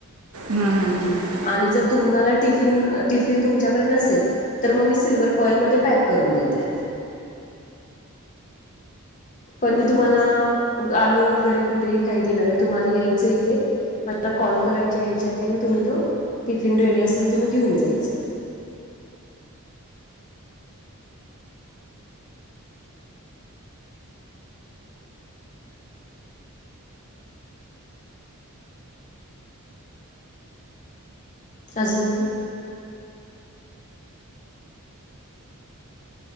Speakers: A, on the right; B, on the left.
A: हम्म हम्म हम्म
B: आणि जर तुम्हाला टिफिन टिफिन तुमच्याकडे नसेल तर मग मी सिल्ववरर फाईलमध्येध्ये पॅक करून देते पण मी तुम्हाला आणून वगैरे कुठेही काही देणार नाही तुम्हाला यायचं इथे मला कॉल करायच्या याच्या आधी आणि तुम्ही तो टिफिन रेडी असेल तुम्ही घेऊन जायचं अजून काय?